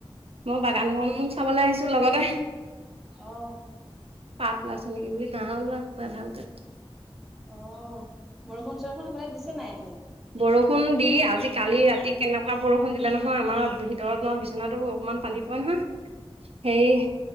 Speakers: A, on the right; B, in the centre.
A: মই বাগানখন চাবলৈ আহিছোঁ, লগতে
B: অ'।
A: পাপ ওলাইছে নেকি বুলি নাই ওলোৱা পাই ভালকে।
B: অ' বৰষুণ চৰষুণ সেইফালে দিছে নাই একেইদিন?
A: বৰষুণ দি আজি কালি ৰাতি কেনেকুৱা বৰষুণ দিলে নহয় আমাৰ ভিতৰত ম বিচনাতো অকমান পানী পৰে নহয়। হেই